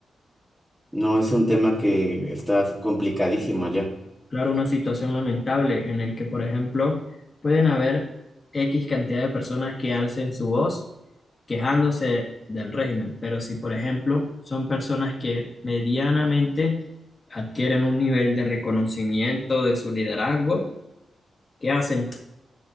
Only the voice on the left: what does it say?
Claro, una situación lamentable en el que, por ejemplo, pueden haber X cantidad de personas que alcen su voz quejándose del régimen, pero si, por ejemplo, son personas que medianamente adquieren un nivel de reconocimiento de su liderazgo, ¿qué hacen?